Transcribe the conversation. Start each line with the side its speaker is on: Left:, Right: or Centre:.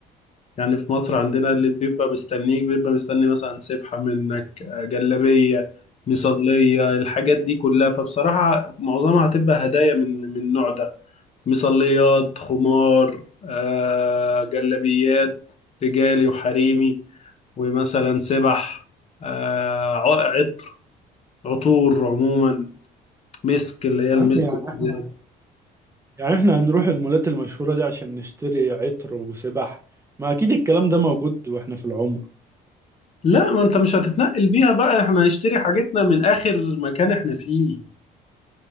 Left: يعني في مصر عندنا اللي بيبقى مستنيك بيبقى مستني مثلا سبحه منك جلابيه مصليه الحاجات دي كلها فبصراحه معظمها هتبقى هدايا من من النوع ده مصليات خمار آه جلابيات رجالي وحريمي ومثلا سبح آه عطر عطور عموما مسك اللي هي المسك
Right: يا عم يعني احنا
Left: بالزيت
Right: يعني احنا هنروح المولات المشهورة دي عشان نشتري عطر وسبح ما اكيد الكلام ده موجود واحنا في العمرة
Left: لا ما انت مش هتتنقل بيها بقى احنا هنشتري حاجتنا من اخر مكان احنا فيه